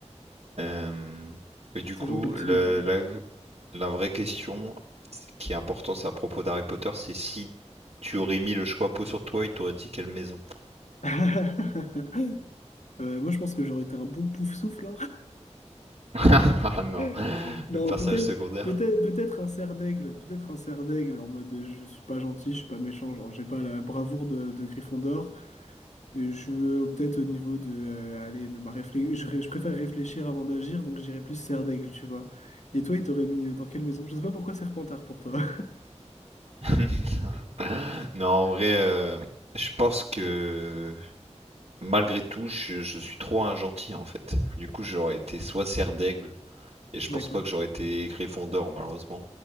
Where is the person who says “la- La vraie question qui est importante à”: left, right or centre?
Right